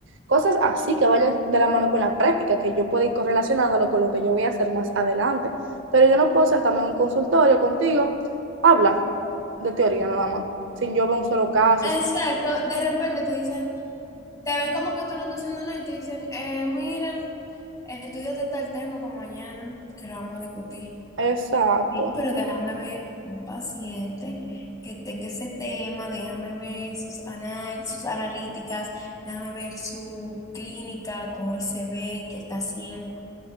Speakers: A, on the right; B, on the left.
A: Cosas así que vayan de la mano con la práctica, que yo pueda ir correlacionándolo con lo que yo voy a hacer más adelante. Pero yo no puedo sentarme en un consultorio contigo, habla de teoría nada más, sin yo ver un solo caso.
B: Exacto, de repente tú dicen te ven como que tú no estás haciendo nada y te dicen, eh, mira, estudiate tal tema para mañana que lo vamos a discutir.
A: Exacto,
B: Sí, pero déjame ver un paciente que tenga ese tema, déjame ver sus anal- sus analíticas, déjame ver su clínica, cómo él se ve, qué él está haciendo,